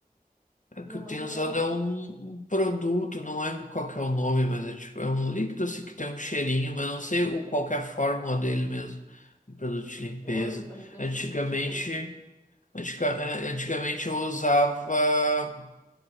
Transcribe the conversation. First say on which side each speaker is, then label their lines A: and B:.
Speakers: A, on the left (about 55°); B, on the left (about 20°).
A: É
B: Não
A: que eu
B: mancha
A: tenho usado
B: minha roupa.
A: é um, um produto, não lembro qual que é o nome, mas é tipo, é um líquido assim que tem um cheirinho, mas não sei o, qual que é a fórmula dele mesmo. Um produto de limpeza.
B: É um, acho que deve
A: Antigamente.
B: ser um desinfetante.
A: antica- é, Antigamente eu usava.